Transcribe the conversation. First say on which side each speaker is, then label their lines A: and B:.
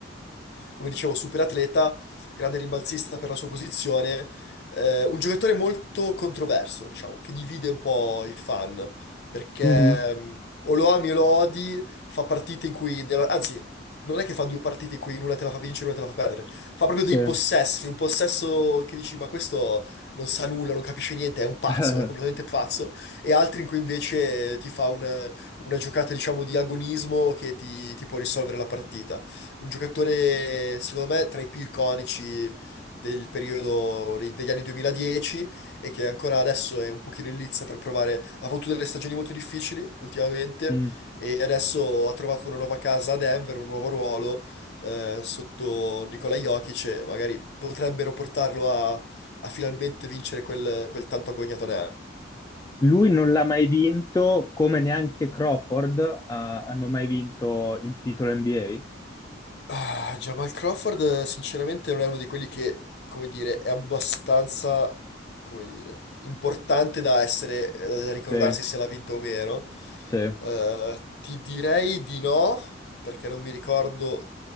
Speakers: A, on the left (about 60°); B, on the left (about 15°).
A: come dicevo, super atleta, grande rimbalzista per la sua posizione, eh, un giocatore molto controverso, diciamo, che divide un po' i fan, perché
B: Mhm.
A: mm, o lo ami o lo odi, fa partite in cui, nella- anzi, non è che fa due partite in cui in una te la fa vincere e una te la fa perdere, fa proprio
B: Sì.
A: dei possessi, un possesso che dici, ma questo non sa nulla, non capisce niente, è un pazzo,
B: <laughs>
A: è completamente pazzo, e altri in cui invece ti fa un una giocata, diciamo, di agonismo che ti, ti può risolvere la partita. Un giocatore, secondo me, tra i più iconici del periodo dei- degli anni 2010 e che ancora adesso è un pochino in lizza per provare. Ha avuto delle stagioni molto difficili ultimamente
B: Mm.
A: e adesso ha trovato una nuova casa a Denver, un nuovo ruolo eh, sotto Nikola Jokic e magari potrebbero portarlo a, a finalmente vincere quel, quel tanto agognato anello.
B: Lui non l'ha mai vinto, come neanche Crawford, ha- hanno mai vinto il titolo NBA?
A: Ah, Jamal Crawford eh, sinceramente non è uno di quelli che, come dire, è abbastanza, come dire, importante da essere, eh, da ricordarsi
B: Sì,
A: se l'ha vinto o meno.
B: sì.
A: Eh, ti direi di no, perché non mi ricordo,